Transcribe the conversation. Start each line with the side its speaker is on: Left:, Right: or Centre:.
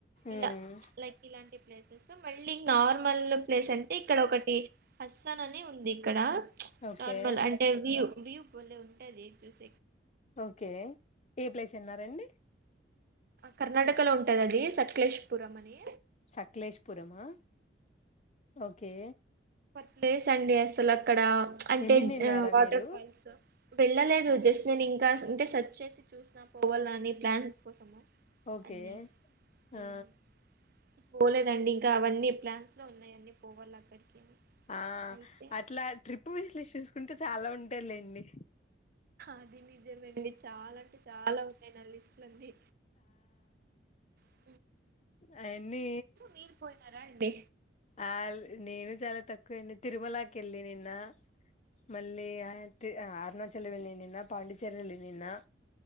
Right: ఇలా
Left: ఉమ్
Right: లైక్ ఇలాంటి ప్లేసెస్ మళ్ళీ నార్మల్ ప్లేస్ అంటే ఇక్కడ ఒకటి ని ఉంది ఇక్కడ
Left: ఓకే
Right: నార్మల్ అంటే వ్యూ వ్యూ వలే ఉంటది చూస
Left: ఓకే ఏ ప్లేస్ ఎన్నారంండి
Right: కర్ణాటక లో ఉంటది అది సక్లేష్పురం అని
Left: సక్లేష్పురమా ఓకే
Right: అడే సండే అసలు అక్కడ అంటే
Left: వెళ్ళినిన్నారా
Right: వాటర్
Left: మీరు
Right: ఫాల్స్ వెళ్ళలేదు జస్ట్ నేను ఇంకా అంటే సర్చ్ చేసి చూసిన పోవాలా అని ప్లాన్స్ కోసము
Left: ఓకే
Right: అన్ని ఉమ్,
Left: ఆ
Right: పోలేదండి ఇంకా అవన్నీ ప్లాన్స్ లో ఉన్నాయి అన్నీ పోవళ్ళు అక్కడికి అని
Left: ఆ
Right: అయితే
Left: అట్లా ట్రిప్పు వసి చూసుకుంటే చాలా ఉంటేలేండి
Right: అది నిజమండి చాలా అంటే చాలా ఉన్నాయి నా లిస్టులన్నీ అ
Left: అయన్నీ
Right: మీరు పోయినారా అండి
Left: ఆ నేను చాలా తక్కువ తిరుమలకి వెళ్ళ నిన్న మళ్ళీ అరుణాచల నిన్న పాండిచ్చేరిలు నిన్న